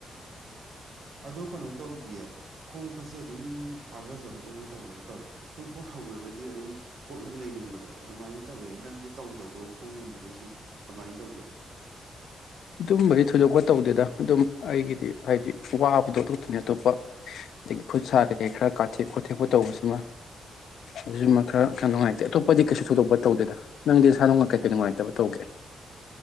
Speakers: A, on the right; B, on the left.
A: ꯑꯗꯨ ꯀꯥꯅꯣ ꯇꯧꯗꯤꯌꯦ ꯈꯣꯡ ꯈꯨꯠꯁꯦ ꯑꯗꯨꯝ ꯍꯥꯒꯖꯕꯗꯧꯅ ꯇꯧꯕꯗ ꯇꯧꯋꯤ ꯁꯨꯝ ꯍꯣꯠ ꯍꯧꯒ꯭ꯔꯥꯒꯗꯤ ꯑꯗꯨꯝ ꯍꯣꯠꯂꯒ ꯂꯩꯅꯤꯡꯕꯗꯣ ꯑꯗꯨꯃꯥꯏꯅ ꯇꯧꯋꯦ ꯅꯪꯗꯤ ꯇꯧꯗꯕ꯭ꯔꯣ ꯈꯣꯡꯒꯨꯝꯕꯗꯣ ꯁꯨꯝ ꯀꯃꯥꯏꯟ ꯇꯧꯒꯦ
B: ꯗꯨꯝꯕꯗꯤ ꯊꯣꯏꯗꯣꯛꯄ ꯇꯧꯗꯦꯗ ꯑꯗꯨꯝ ꯑꯩꯒꯤꯗꯤ ꯍꯥꯏꯗꯤ ꯋꯥꯕꯗꯣ ꯑꯗꯨ ꯈꯛꯇꯅꯦ ꯇꯣꯞꯄ ꯑꯗꯒꯤ ꯈꯨꯠ ꯁꯥ ꯀꯩ ꯀꯩ ꯈꯔ ꯀꯥꯊꯦꯛ ꯈꯣꯊꯦꯛꯄ ꯇꯧꯕꯁꯤꯃꯥ ꯑꯗꯨꯖꯨꯃꯥ ꯈꯔ ꯈꯔ ꯅꯨꯡꯉꯥꯏꯇꯦ ꯑꯇꯣꯞꯄꯗꯤ ꯀꯩꯁꯨ ꯊꯣꯏꯗꯣꯛꯄ ꯇꯧꯗꯦꯗ ꯅꯪꯗꯤ ꯏꯁꯥꯅꯨꯡꯃ ꯀꯩꯀꯩ ꯅꯨꯡꯉꯥꯏꯇꯕ ꯇꯧꯒꯦ